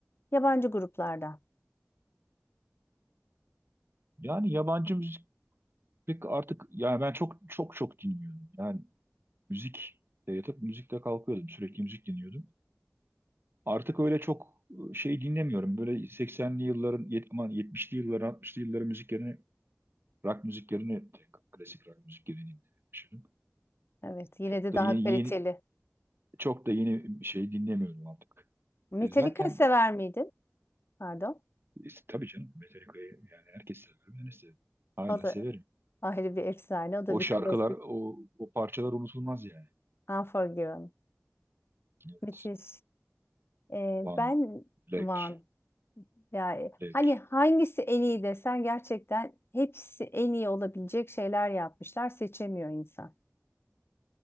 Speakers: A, on the left (about 55°); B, on the right (about 55°).
A: yabancı gruplardan.
B: Yani yabancı müzik pek artık yani ben çok çok çok dinliyorum. Yani müzik de yatıp müzikle kalkıyordum. Sürekli müzik dinliyordum. Artık öyle çok e, şey dinlemiyorum. Böyle 80'li yılların, yet- aman 70'li yılların, 60'lı yılların müziklerini, rock müziklerini, klasik rock müzik yerine dinlemeye başladım.
A: Evet, yine
B: Çok
A: de
B: da
A: daha
B: yeni,
A: kaliteli.
B: yeni çok da yeni bir şey dinlemiyorum artık.
A: Metallica
B: E, zaten
A: sever miydin? Pardon.
B: e, tabii canım Metallica'yı yani herkes sever. Ben de severim. Hala
A: O da
B: severim.
A: Ayrı bir efsane. O da
B: O
A: bir
B: şarkılar,
A: klasik.
B: o, o parçalar unutulmaz yani.
A: Unforgiven.
B: Evet.
A: Müthiş. Ee,
B: One,
A: ben
B: Black,
A: Van. Yani
B: Black.
A: hani hangisi en iyi desen gerçekten hepsi en iyi olabilecek şeyler yapmışlar. Seçemiyor insan.